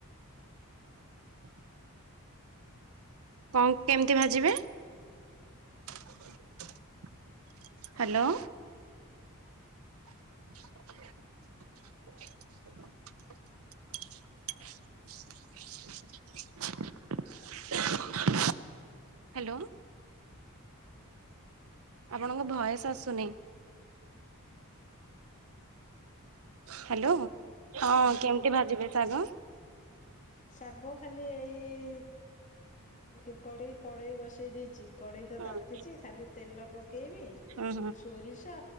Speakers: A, on the right; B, on the left.
A: <unintelligible> କଣ କେମିତି ଭାଜିବେ ହ୍ୟାଲୋ। <unintelligible> <unintelligible> ହ୍ୟାଲୋ। ଆପଣଙ୍କ ବୟସ ଆସୁନି। ହ୍ୟାଲୋ ହଁ
B: ହୁଁ
A: କେମିତି ଭାଜିବେ ଶାଗ
B: ସାଗବ ଖାଲି ଏଇ କେଇ କଡେଇ ବସେଇ ଦେଇଛି କଡେଇ ତ
A: ହୁଁ
B: ତାତିଛି ଖାଲି ତେଲ ପକ ପକେଇବି
A: ହୁଁ
B: ସୋରିଷ